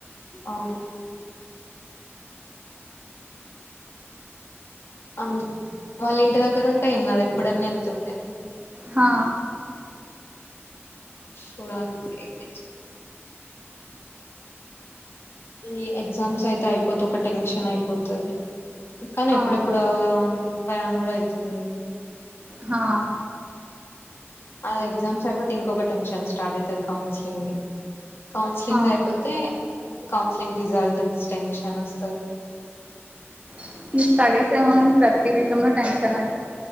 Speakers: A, on the left; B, on the right.
A: ఔను అందు వాళ్ళింటి దగ్గరుంటె ఏం గాదెప్పుడన్నెళ్తుండే
B: హా
A: చూడాలిప్పుడు <unintelligible> ఈ ఎగ్జామ్సైతె ఐపోతె ఒక టెన్షనైపోతది కాని ఎప్పుడెప్పుడా
B: అవును
A: అని భయం గుడైతుంది
B: హా
A: ఆ ఎగ్జామ్సైపొతే ఇంకొక టెన్షన్ స్టార్టైతది కౌన్స్లింగ్ది కౌన్సిలింగ్దైపొతే
B: అవును
A: కౌన్స్లింగ్ రిజల్ట్ద్ స్టెన్షనొస్తది
B: <unintelligible> సాన్ ప్రత్తి విషము టెన్షనైతు